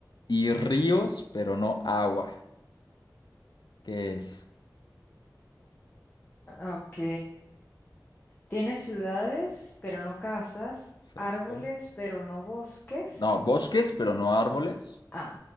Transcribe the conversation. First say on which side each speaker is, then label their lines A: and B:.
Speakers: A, on the left; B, on the left.
A: Y ríos, pero no agua. ¿Qué es?
B: ah, Ok. Tiene ciudades, pero no casas,
A: Exacto.
B: árboles, pero no bosques.
A: No, bosques, pero no árboles.
B: Ah,